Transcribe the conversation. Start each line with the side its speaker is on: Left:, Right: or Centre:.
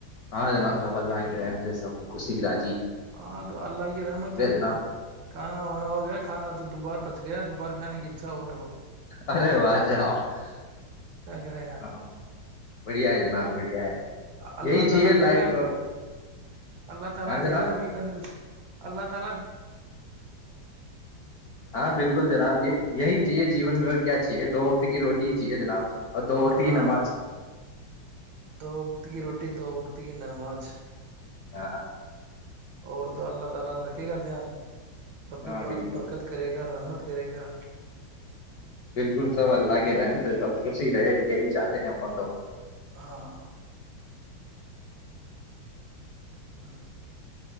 Left: ہاں جناب صبح اللہ کی رحم سے سب خچھ سکھا
Right: ہاں اللہگ رہ مت ہوگ
Left: جناب
Right: کھانا ہوناا ہوگ کھانا تھا دبات پچ گیا دوبار کانے کی اچھا اور
Left: ارے آات ہے آاں
Right: کیا کریں یار
Left: بڑھیا ہے جناب بڑھیا ہے
Right: اللہ
Left: یہی
Right: تعالی
Left: چاہیے
Right: دے
Left: لائف
Right: گا
Left: میں
Right: بھی
Left: اور
Right: اللہ کیسے؟
Left: ہاں جناب
Right: دے گا بھی کے کھ اللہ تع
Left: ہاں بالکل جناب یہ یہی چاہیے جیون میں اور کیا چاہیے دو وقت کی روٹی چاہیے جناب اور دو وقت
Right: ہاں
Left: کی نماز
Right: دو وقت کی روٹی دو وقت تین نماز
Left: ہاں
Right: اورر دو اللہ آات رکھے گا دھیان سب
Left: ہاں
Right: بھی ب
Left: بالکل
Right: برکت کرے گا رحمت کرے گا
Left: بالکل سب اللہ کے رہن سے س خوش ہی رہے یہی چاہتے ہیں فن تو
Right: ہاں ہ